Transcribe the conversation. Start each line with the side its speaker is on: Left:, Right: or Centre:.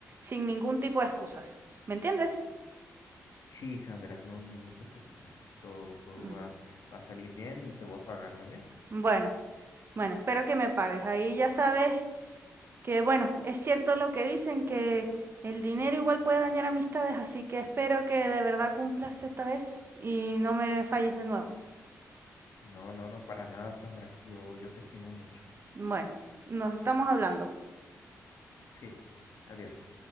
Right: sin ningún tipo de excusas. ¿Me entiendes?
Left: Sí, Sandra, no, no, no te preocupes. Todo, todo
Right: Mm,
Left: va, va a salir bien y te voy a pagar, ¿vale?
Right: Bueno, bueno, espero que me pagues. Ahí ya sabes que, bueno, es cierto lo que dicen, que el dinero igual puede dañar amistades, así que espero que de verdad cumplas esta vez y no me falles de nuevo.
Left: No, no, no, para nada, Sandra. Yo, yo te estimo mucho.
Right: Bueno, nos estamos hablando.
Left: Sí, adiós.